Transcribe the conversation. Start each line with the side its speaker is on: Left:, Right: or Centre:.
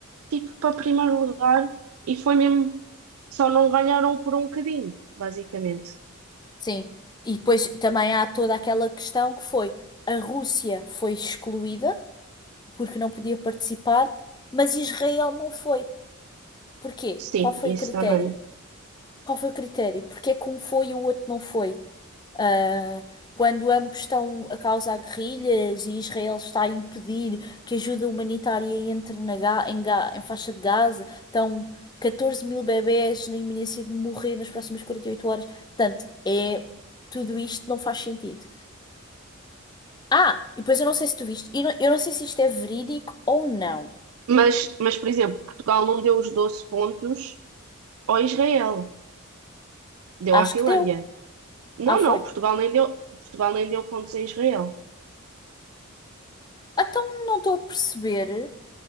Right: tipo para primeiro lugar e foi mesmo, só não ganharam por um bocadinho, basicamente.
Left: Sim. E depois também há toda aquela questão que foi a Rússia foi excluída porque não podia participar, mas Israel não foi. Porquê?
Right: Sim,
Left: Qual foi
Right: isso
Left: o critério?
Right: também.
Left: Qual foi o critério? Porque é que um foi e o outro não foi? Ah, quando ambos estão a causar guerrilhas e Israel está a impedir que ajuda humanitária entre na Ga- em, Ga- em faixa de Gaza, estão 14 mil bebés na iminência de morrer nas próximas 48 horas. Portanto, é, tudo isto não faz sentido. Ah, e depois eu não sei se tu viste, eu não, eu não sei se isto é verídico ou não.
Right: Mas, mas, por exemplo, Portugal não deu os 12 pontos ao Israel, deu
Left: Acho
Right: à Finlândia.
Left: que deu.
Right: Não,
Left: Ah, foi?
Right: não, Portugal nem deu, Portugal nem deu pontos a Israel.
Left: Ah, Então não estou a perceber.